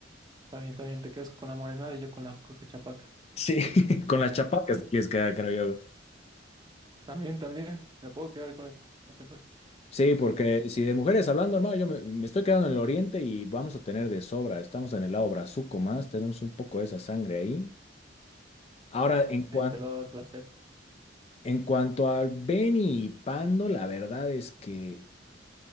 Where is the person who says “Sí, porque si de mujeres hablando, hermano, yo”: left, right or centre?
Left